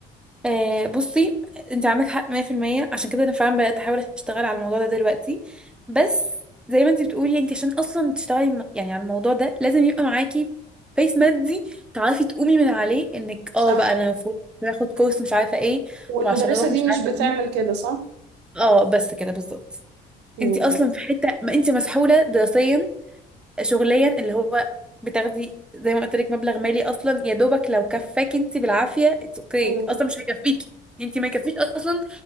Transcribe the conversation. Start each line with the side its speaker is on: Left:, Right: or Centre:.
Centre: آه بصي انت عندك حق 100% عشان كده انا فعلا بدات احاول اشتغل على الموضوع ده دلوقتي بس زي ما انت بتقولي انت عشان اصلا تشتغلي م- يعني على الموضوع ده لازم يبقى معاكي بيس مادي تعرفي تقومي من عليه انك
Right: صح
Centre: اه بقى انا المفروض باخد كورس مش عارفه ايه
Right: والمدرسة
Centre: وعشان اروح مش
Right: دي مش
Centre: عارفه
Right: بتعمل
Centre: مين
Right: كده صح؟
Centre: اه بس كده بالظبط
Right: مم.
Centre: انت اصلا في حته ما انت مسحوله دراسيا شغليا اللي هو بتاخدي زي ما قلت لك مبلغ مالي اصلا يا دوبك لو كفاكي انت بالعافيه اتس اوكي
Right: مم.
Centre: اصلا مش هيكفيكي انت ما يكفيش اصلا